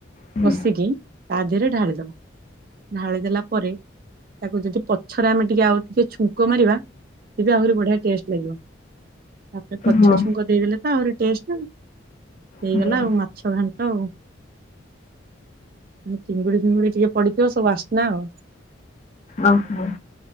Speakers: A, on the left; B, on the right.
A: ହୁଁ
B: କଷିକି ତା ଦେହରେ ଢାଳିଦବା। ଢାଳି ଦେଲା ପରେ, ତାକୁ ଯଦି ପଛରେ ଆମେ ଟିକେ ଆଉ ଟିକେ ଛୁଙ୍କ ମାରିବା, ସେ ବି ଆହୁରି ବଢିଆ ଟେଷ୍ଟ ଲାଗିବ। ତାପରେ ପଛ
A: ହଁ
B: ଛୁଙ୍କ ଦେଇଦେଲେ ତ ଆହୁରି ଟେଷ୍ଟ ହେଇଗଲା
A: ହୁଁ
B: ଆଉ। ମାଛ ଘାଣ୍ଟ ଆଉ। ଦି ଚିଙ୍ଗୁଡି ଫିଙ୍ଗୁଡି ଟିକେ ପଡିଥିବ ସବୁ ବାସ୍ନା ଆଉ।
A: ଓହୋ।